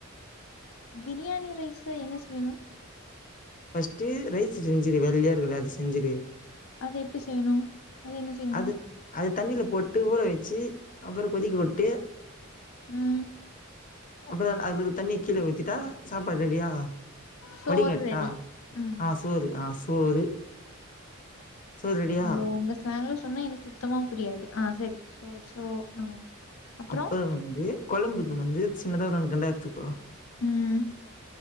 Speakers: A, on the left (about 75°); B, on the left (about 40°).
A: பிரியாணி ரைஸு என்ன செய்யணு
B: பஸ்ட்டு ரைஸ் செஞ்சுரு வெள்ளையா இருக்குல அது செஞ்சுரு
A: அது எப்டி செய்யணு அது என்ன செய்யணு
B: அது அது தண்ணில போட்டு ஊற வச்சு அப்பறோ கொதிக்க விட்டு
A: ம்
B: அப்பறோ அதுலருக்குற தண்ணிய கீழ ஊத்திட்டா சாப்பாடு ரெடியா
A: சோறு
B: வடிகட்டா
A: ரெடி ம்
B: ஆ சோறு ஆ சோறு சோறு ரெடியா
A: ஐய்யோ உங்க ஸ்லாங்ல சொன்னா எனக்கு சுத்தமா புரியாது ஆ செரி சோ சோ ஆ அப்றோ
B: அப்புறோ வந்து கொழம்புக்கு வந்து சின்னதாவ ஒரு நாலு கண்டா எடுத்துப்பா
A: ம்